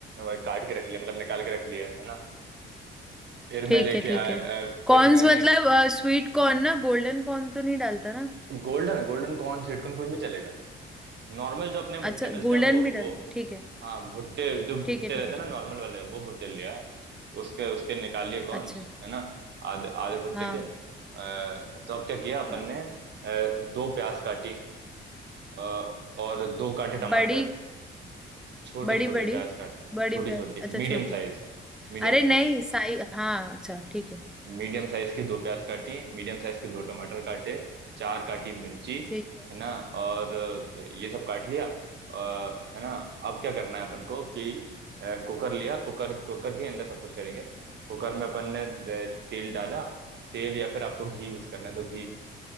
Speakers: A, on the right; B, in the centre.
A: वो काट के रख लिए मतलब निकाल के रख लिए है ना फिर
B: ठीक
A: मैं लेके
B: है ठीक
A: आया
B: है
A: अ,
B: कॉर्न्स
A: फिर मैंने
B: मतलब स्वीट कॉर्न ना गोल्डन कॉर्न तो नहीं डालता ना
A: गोल्डन गोल्डन कॉर्न सिटकॉर्न कुछ भी चलेगा नॉर्मल जो अपने भुट्टे
B: अच्छा
A: मिलते
B: गोल्डन
A: हैं वो
B: भी
A: वो
B: डालता ठीक है
A: हाँ भुट्टे जो भुट्टे
B: ठीक है ठीक
A: रहते
B: है
A: हैं
B: ठीक
A: ना नॉर्मल
B: है
A: वाले वो भुट्टे लिया है उसके उसके निकाल लिए कॉर्न्स
B: अच्छा
A: है ना आधे आधे भुट्टे
B: हाँ
A: के अ, तो अब क्या किया अपन
B: हाँ
A: ने अ, दो प्याज काटी अ, और दो काटे टमाटर
B: बड़ी
A: छोटे
B: बड़ी
A: छोटे
B: बड़ी
A: प्याज काटना है
B: बड़ी
A: छोटी
B: प्याज
A: छोटी
B: अच्छा
A: medium
B: छोटी
A: size Medium
B: अरे नहीं
A: size
B: साई हाँ अच्छा ठीक है
A: Medium size की दो प्याज काटी मीडियम साइज के दो टमाटर काटे चार काटी मिर्ची
B: ठीक है
A: है ना और अ, ये सब काट लिया अ, है ना अब क्या करना है अपन को कि अ, कुकर लिया कुकर कुकर के अंदर सब कुछ करेंगे कुकर में अपन ने अ, तेल डाला तेल या फिर आपको घी यूज करना है तो घी